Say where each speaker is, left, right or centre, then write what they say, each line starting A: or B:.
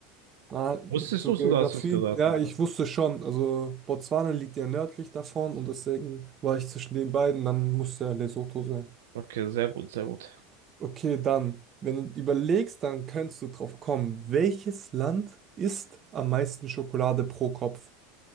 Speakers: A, on the right (about 35°); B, on the right (about 65°).
A: Na,
B: Wusstest
A: zur
B: du es
A: Geografie.
B: oder hast du es geraten?
A: Ja, ich wusste schon. Also Botswana liegt ja nördlich davon und deswegen war ich zwischen den beiden. Dann muss ja Lesotho sein.
B: Okay, sehr gut, sehr gut.
A: Okay, dann, wenn du überlegst, dann kannst du drauf kommen. Welches Land isst am meisten Schokolade pro Kopf?